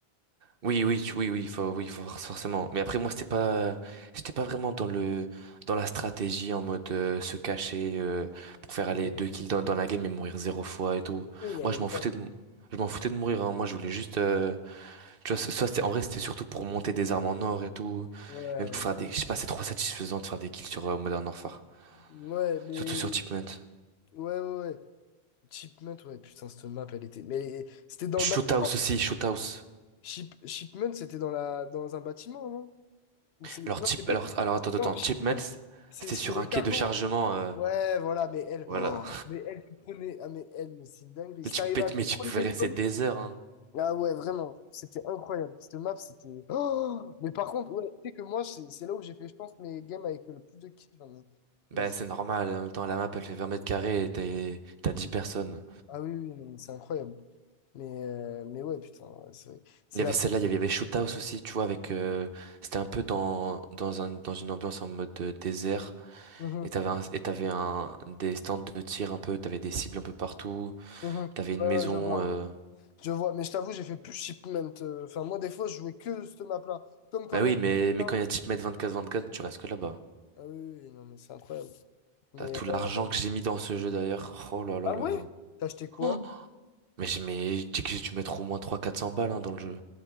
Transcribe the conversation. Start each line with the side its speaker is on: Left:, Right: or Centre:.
Right: Oui, oui, tu- oui, oui, faut, oui, faut for- forcément. Mais après, moi, c'était pas, j'étais pas vraiment dans le, dans la stratégie en mode euh, se cacher euh, pour faire
Left: Ouais.
Right: aller deux kills dans, dans la game et mourir zéro fois et tout.
Left: Oui, non,
Right: Moi,
Left: mais
Right: je m'en foutais
Left: meurs.
Right: de, m- je m'en foutais de mourir. hein. Moi, je voulais juste, euh, tu vois, soit c'était, en vrai, c'était surtout pour monter des armes en or et tout,
Left: Ouais.
Right: même pour faire des, je sais pas, c'est trop satisfaisant de faire des kills sur euh, Modern Warfare,
Left: Ouais, mais.
Right: surtout sur Chipmunk.
Left: Ouais, ouais, ouais. Chipmunk, ouais, putain, cette map, elle était. Mais c'était dans
Right: Shoothouse
Left: le bâtiment.
Right: aussi, Shoothouse.
Left: Ship- Shipment, c'était dans la dans un bâtiment, non? Ou c'est non,
Right: Alors, Chip,
Left: c'est pas
Right: alors,
Left: Shipment.
Right: alors, attends, attends,
Left: Non, Shipment,
Right: Chipmunk,
Left: c'est
Right: c'était
Left: c'est
Right: sur
Left: les
Right: un quai
Left: cargos.
Right: de chargement, euh,
Left: Ouais, voilà, mais elle,
Right: voilà.
Left: oh, mais elle, tu prenais, ah mais elle, mais c'est une dinguerie.
Right: Mais
Left: Si
Right: tu,
Left: t'arrivais
Right: mais
Left: à
Right: tu
Left: contrôler
Right: mais tu pouvais
Left: les
Right: rester
Left: zones,
Right: des heures, hein.
Left: ah ouais, vraiment, c'était incroyable. Cette map, c'était. Oh mais par contre, ouais, tu sais que moi, c'est c'est là où j'ai fait, je pense, mes games avec le plus de kills. vraiment.
Right: Bah,
Left: Et c'est-
Right: c'est normal. En même temps, la map, elle fait 20 mètres carrés et t'es- t'as 10 personnes.
Left: Ah oui, oui, non, mais c'est incroyable. Mais euh, mais ouais, putain, ouais, c'est vrai. C'est
Right: Il y
Left: la.
Right: avait celle-là, il y avait, il y avait Shoot House aussi, tu vois, avec, euh, c'était un peu dans, dans un, dans une ambiance en mode euh, désert.
Left: Mhm,
Right: Et t'avais un, et t'avais un, des stands de tir un peu, t'avais des cibles un peu partout,
Left: mhm.
Right: t'avais
Left: Ouais,
Right: une maison,
Left: ouais, je vois.
Right: euh...
Left: Je vois, mais je t'avoue, j'ai fait plus shipment. euh, Enfin, moi, des fois, je jouais que ce map-là. Comme quand
Right: Bah
Left: il
Right: oui,
Left: y avait.
Right: mais, mais
Left: Ah
Right: quand il y a type mètre 24-24, tu restes que là-bas.
Left: oui, oui, non, mais c'est incroyable. Mais.
Right: T'as tout l'argent
Left: euh,
Right: que j'ai mis dans ce jeu d'ailleurs. Oh là là
Left: Ah
Right: là
Left: ouais?
Right: là.
Left: T'as acheté quoi?
Right: Oh. Mais j'ai, mais, tu sais que j'ai dû mettre au moins trois quatre cents balles, hein, dans le jeu.